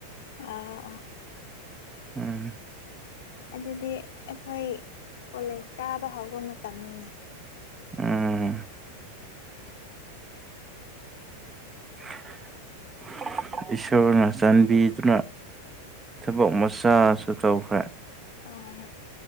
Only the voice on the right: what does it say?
ꯎꯝ
ꯎꯝ <unintelligible> ꯏꯁꯣꯔꯅ ꯆꯥꯟꯕꯤꯗꯨꯅ ꯊꯕꯛ ꯃꯆꯥꯁꯨ ꯇꯧꯈ꯭ꯔꯦ